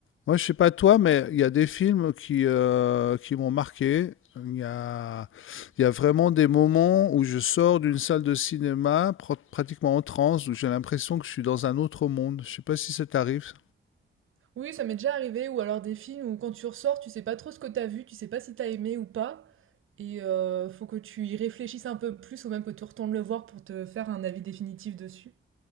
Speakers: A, on the left; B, on the right.
A: Moi, je sais pas toi, mais il y a des films qui, euh, qui m'ont marqué. Il y a, il y a vraiment des moments où je sors d'une salle de cinéma pr- pratiquement en transe, où j'ai l'impression que je suis dans un autre monde. Je sais pas si ça t'arrive.
B: Oui, ça m'est déjà arrivé, ou alors des films où quand tu ressors, tu sais pas trop ce que t'as vu, tu sais pas si t'as aimé ou pas, et euh, faut que tu y réfléchisses un peu plus, ou même que tu retournes le voir pour te faire un avis définitif dessus.